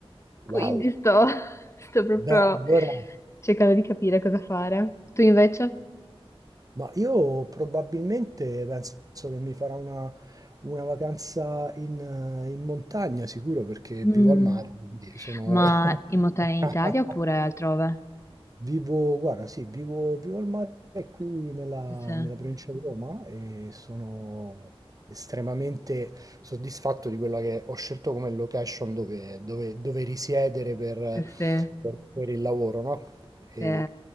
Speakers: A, on the left; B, on the right.
A: Quindi
B: wow.
A: sto, <laughs> sto proprio
B: Beh, allora,
A: cercando di capire cosa fare. Tu invece?
B: ma io probabilmente penso che mi farà una, una vacanza in, eh, in montagna, sicuro, perché
A: Mm,
B: vivo al mare, quindi sono...
A: Ma in montagna
B: <laughs>
A: in Italia oppure altrove?
B: Vivo, guarda, sì, vivo, vivo al mare qui nella,
A: Sì, sì,
B: nella provincia di Roma e sono estremamente soddisfatto di quella che ho scelto come location dove, dove- dove risiedere per,
A: sì, sì.
B: per- per il lavoro, no? E
A: sì.